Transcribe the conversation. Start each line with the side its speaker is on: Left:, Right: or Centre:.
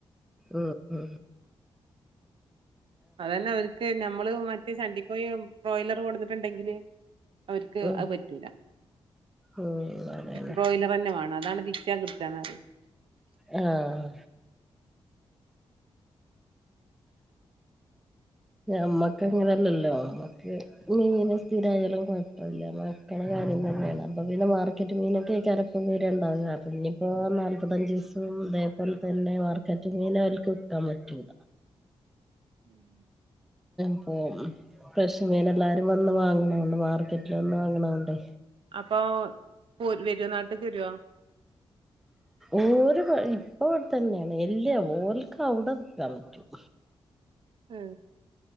Centre: ഉം ഉ
Right: അത തന്നെ അവർക്ക് നഞമ്മള് മറ്റേ സണ്ടിക്കയി ബ്രോയിലറ് കൊടുത്തിട്ടുണ്ടെങ്കില് അവർക്ക്
Centre: ഉം
Right: അത് പറ്റൂല
Centre: ഉം അതന്നെ
Right: ബ്രോലർ അന്നമാണ് അതാണ് രക്ഷകത്താണ്
Centre: ആഹ ഞ അമ്മക്ക അങ്ങനെയല്ലല്ലോ അമ്മ മീന സ്ഥിരമായാലും കുഴപ്പമില്ല മക്കുടെ കാര്യം തന്നെയാണ് അപ്പം പിന്നെ മാർക്കറ്റ് മീനൊക്കെ ആക്കാറപ്പം വേരെ ഉണ്ടാവില്ല പിന്ന നാല്പത്തഞ്ച്
Right: ഉം
Centre: ദിവസം അതുപോലെ തന്നെ മാർക്കറ്റ് മീന അവർക്ക് വെക്കാൻ പറ്റൂില്ല
Right: ഉം
Centre: പ്പൊ പ്രശമീന എല്ലാരും വന്ന് വാങ്ങണണ്ട് മാർക്കറ്റിൽ വന്ന് വാങ്ങണണ്ട്േ
Right: അപ്പോ പോ വെരനാട്ട തരുവാ
Centre: ഓര ഇപ്പ അവിടെ തന്നെയാണ് എല്ല ഓർക്ക അവിടെ നിൽക്കാൻ പറ്റും
Right: ഉം